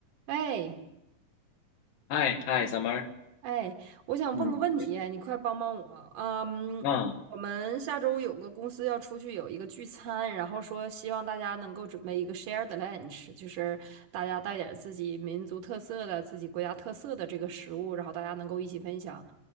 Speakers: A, on the right; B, on the left.
A: 哎
B: 嗨嗨，summer，
A: 哎，我想问个问题，
B: 嗯，
A: 哎你快帮帮我啊！嗯，
B: 啊，
A: 我们下周有个公司要出去有一个聚餐，然后说希望大家能够准备一个 shared lunch，就是大家带点儿自己民族特色的、自己国家特色的这个食物，然后大家能够一起分享。